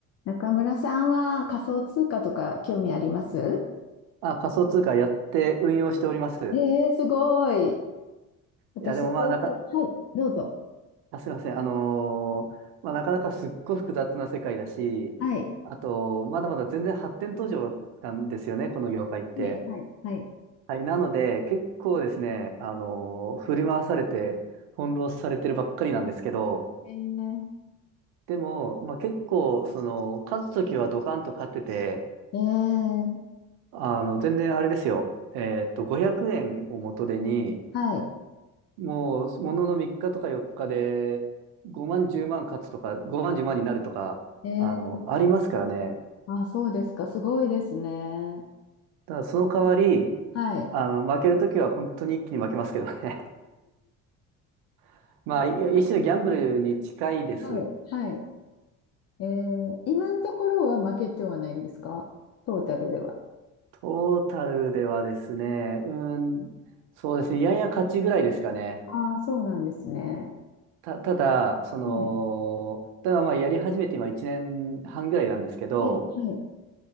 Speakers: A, on the left; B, on the right.
A: 中村さんは仮想通貨とか興味あります
B: あ、仮想通貨やって運用しております。
A: えー、すごい。私、
B: いや、でもまあ、
A: はい、
B: なか、
A: どうぞ。
B: あ、すいません。あのーまあ、なかなかすっごい複雑な世界だし、
A: はい、
B: あと、まだまだ全然発展途上なんですよね、この業界って。
A: はい、はい、はい。
B: はい。なので、結構ですね、あのー振り回されて、翻弄されてるばっかりなんですけど、
A: えー、
B: でも、まあ、結構、その、勝つときはドカンと勝ってて、
A: えー、
B: あの、全然あれですよ。えーっと、500円を元手に、
A: はい。
B: もう、ものの3日とか4日で、5万、10万勝つとか、5万、10万になるとか、
A: えー、
B: あの、ありますからね。
A: あ、そうですか。すごいですね。
B: ただ、その代わり、
A: はい、
B: あの、負けるときは本当に一気に負けますけどね。<laughs> まあ、い一種のギャンブルに近いです。
A: はい、はい。えー、今のところは負けてはないんですかトータルでは。
B: トータルではですね、うーん、そうですね、やや勝ちぐらいですかね。
A: ああ、そうなんですね。
B: た、ただ、その、
A: はい、
B: ただまあ、やり始めて今1年半ぐらいなんですけど、
A: はい、はい、